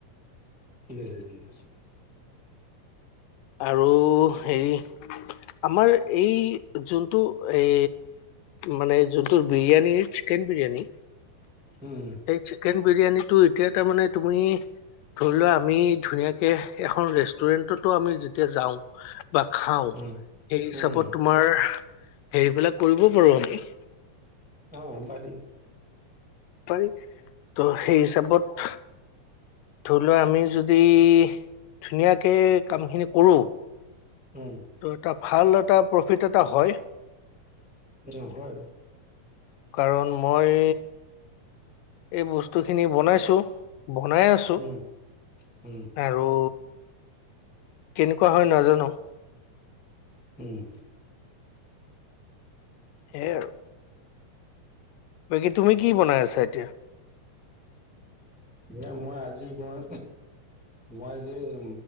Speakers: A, in the centre; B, on the left.
A: ঠিক আছে দি আছোঁ।
B: আৰু হেৰি আমাৰ এই যোনটো এ মানে যোনটো বিৰিয়ানীৰ কেন বিৰিয়ানী,
A: উম,
B: এই চিকেন বিৰিয়ানীটো এতিয়া তাৰ মানে তুমি ধৰি লোৱা আমি ধুনীয়াকে এখন ৰেষ্টুৰেন্টতো আমি যেতিয়া যাওঁ বা খাওঁ সেই
A: উম,
B: হিচাপত
A: উম,
B: তোমাৰ হেৰিবিলাক কৰিব পাৰো আমি।
A: অহ, বাত
B: পাৰি ত' সেই হিচাপত ধৰি লোৱা আমি যদি ধুনীয়াকে কামখিনি কৰো
A: উম,
B: ত' এটা ভাল এটা প্ৰফিট এটা হয়।
A: উম, হয় হয়।
B: কাৰণ মই এই বস্তুখিনি বনাইছোঁ। বনাই আছো,
A: উম, উম,
B: আৰু কেনেকুৱা হয় নাজানো।
A: উম।
B: সেইয়া আৰু।
A: <unintelligible>
B: বাকী তুমি
A: কি বনাই
B: আছা
A: আছে?
B: এতিয়া?
A: নাই আ এ মই আ আজি মই, মই আজি এ